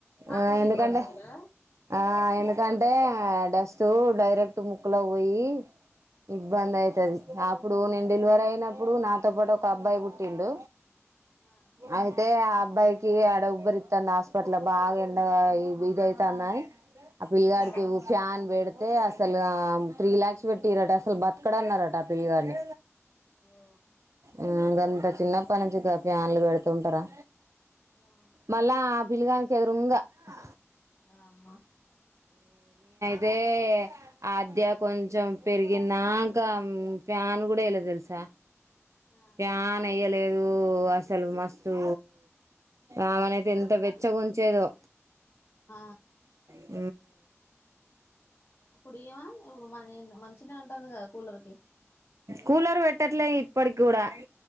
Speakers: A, on the left; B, on the right.
A: ఆపోజిట్
B: ఆ ఎందుకంటే
A: పడుకోవాలా
B: ఆ ఎందుకంటే డస్ట్ డైరెక్ట్ ముక్కలకు పోయి ఇబ్బంది అయితది ఇగ ఆ ఇప్పుడు నేను డెలివరీ అయినప్పుడు నాతో పాటు ఒక అబ్బాయి పుట్టిండు
A: ఆ
B: అయితే ఆ అబ్బాయికి ఆడ ఉబ్బరిత్తంది హాస్పిటల్ బాగా ఎండగా ఇదైతందని అప్పు ఇల్గా అడికి
A: ఆ
B: ఫ్యాన్ బేడతే అసలు ఆ త్రీ లాక్స్ పెట్టిరట అసలు బతకడు అన్నారట ఆ పిలిగన్ని
A: ఓ
B: ఉం బ ఇంత చిన్నప్ప నుంచి కాపి ఫ్యాన్లు పెడుతే ఉంటారా
A: ఆ
B: మళ్ళా ఆ పిల్లిగానికి ఎదురంగా ఆ
A: ఆ అమ్మా
B: తే ఆద్య కొంచెం పెరిగినాంకా ఫ్యాన్ గూడా ఎయిలా తెలుసా
A: ఆ
B: ఫ్యాన్ ఎయ్యలేద్ అసలు మస్తు ఆమనయితే ఎంత వెచ్చగ ఉంచేదో
A: ఆ
B: ఊ
A: ఇప్పుడు ఏమనా ఇప్పుడు మ మంచినె ఉంటాంది కదా కూలర్ కి
B: కూలర్ పెట్టట్లే ఇప్పటి కూడా